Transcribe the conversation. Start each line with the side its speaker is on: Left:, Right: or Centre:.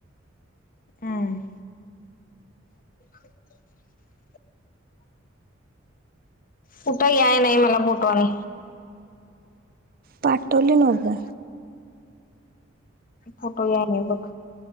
Left: हम. शखत <unintelligible> कुठं याय नाही, मला फोटोनी.
Right: पाठवल नव ग.
Left: फोटो यायला बघ.